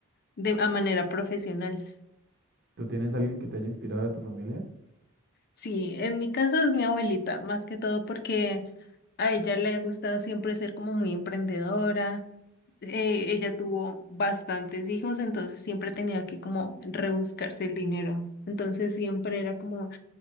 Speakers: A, on the left; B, on the right.
A: de a manera profesional.
B: ¿Tú tienes alguien que te haya inspirado de tu familia?
A: Sí, en mi caso es mi abuelita, más que todo porque a ella le ha gustado siempre ser como muy emprendedora. Eh, ella tuvo bastantes hijos, entonces siempre tenía que como rebuscarse el dinero. Entonces siempre era como,